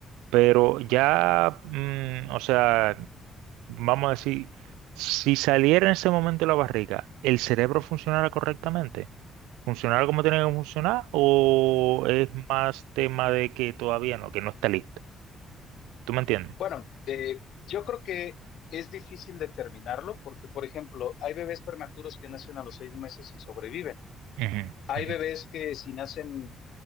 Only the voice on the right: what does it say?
Pero ya, mm, o sea, vamos a decir, si saliera en ese momento de la barriga, ¿el cerebro funcionara correctamente? ¿Funcionara como tiene que funcionar? ¿O es más tema de que todavía no, que no está listo? ¿Tú me entiendes?
ujú,
ujú,